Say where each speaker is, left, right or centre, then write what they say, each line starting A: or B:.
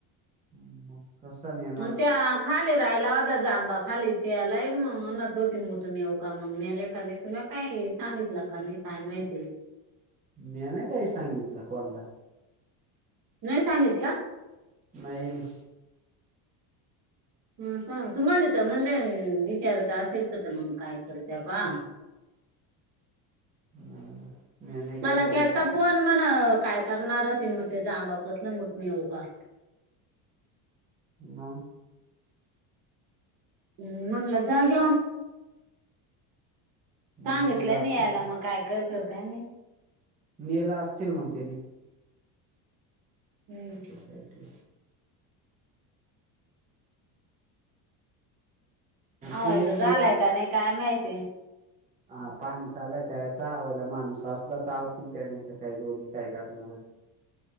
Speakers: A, on the right; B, on the right.
A: म. कसा न्या
B: मग त्या खाली राहायला. खालचा जामबा खालीच यालाय, म म्हणत होती मोठ नेवूका म्हनुन, नेले का नाही तुला काय माहित. सांगितलं का नाही काय माहिती.
A: म्या नाही काही सांगितलं कोणला.
B: नाही सांगितला.
A: नाही ना.
B: हं का? तुम्हाला तर म्हणले, विचारत असेल तर, तर मग काय करत्या बा.
A: <inaudible> मी नाही काही
B: मला
A: सांगितलं
B: केलता
A: कोण
B: फोन म्हण काय करणार ती मग ते जामबा पासन <unintelligible> न्हेवू का?
A: हा.
B: हं म्हणलं जा घेऊण,
A: मग
B: सांगितलं
A: नेलं असतील
B: नि यायला
A: ते
B: मग. काय करतो काय माहित.
A: नेला असतील मग तेनी
B: हुं.
A: काय ते?
B: आवाज
A: केली
B: झालाय
A: आत
B: का काय माहिती?
A: हा पाणी चालायत याचा आवयला माणूस असला तर, यावतील त्याने तर काही दोघी काय करणार.